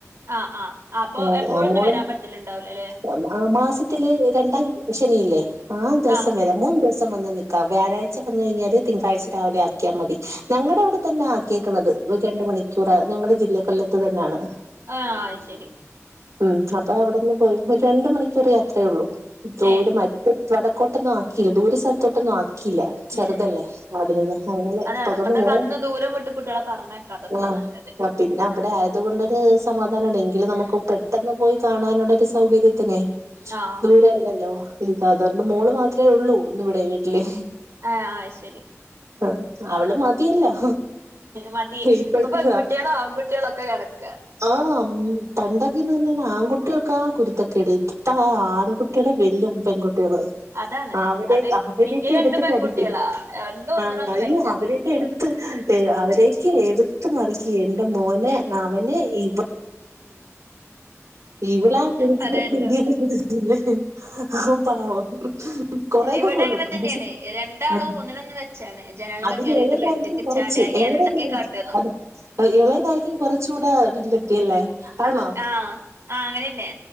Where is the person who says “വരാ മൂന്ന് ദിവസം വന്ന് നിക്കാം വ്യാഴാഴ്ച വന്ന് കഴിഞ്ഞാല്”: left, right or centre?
Right